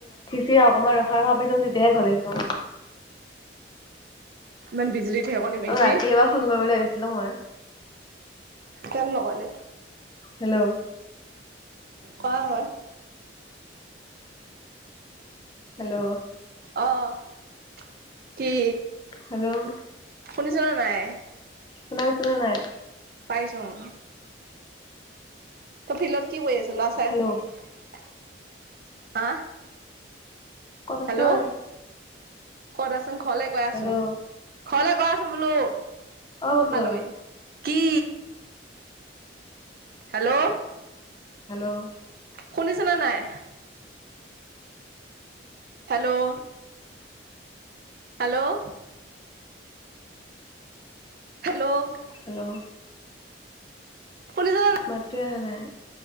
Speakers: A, on the left; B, on the right.
A: চিয়া অকনমান ৰখা -ৰখা পাইছো তেতিয়াহে ঘৰ আহিছো।
B: ইমান বিজুলী ঢেৰেকণি মাৰিছে।
A: ৰাতি এবাৰ ফোন কৰিম বুলি ভাবিছিলোঁ মই।
B: কেনে নকলে?
A: হেল্ল'।
B: কোৱা হয়?
A: হেল্ল'।
B: অ'কি?
A: হেল্ল'।
B: শুনিছা নে নাই?
A: শুনা পাইছা নে নাই।
B: পাইছোঙ তই ফিল্ডত কি কৰি আছে লৰা চাই
A: হেল্ল'
B: আছ নেকি হা
A: কত
B: হেল্ল'
A: আছ ঐ
B: কত আচোন ঘৰলে গৈ আছো
A: হেল্ল'
B: ঘৰলে গৈ আছোঙ বোলো
A: অ' পখিলা
B: কালৈ
A: বা।
B: কি হেল্ল'
A: হেল্ল'
B: শুনিছ নে নাই হেল্ল' হেল্ল' হেল্ল'
A: হেল্ল
B: শুনিছ
A: মাতোৱে অহা নাই